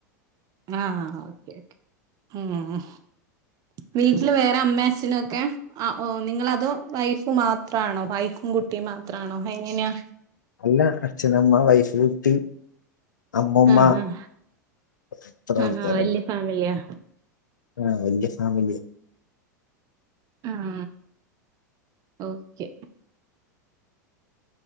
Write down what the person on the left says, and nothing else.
അല്ല അച്ഛനമ്മ വൈഫ് കുട്ടി അമ്മൂമ്മ
അത്ര
പേരുണ്ട്
ആഹ വല്യ സാമല്യ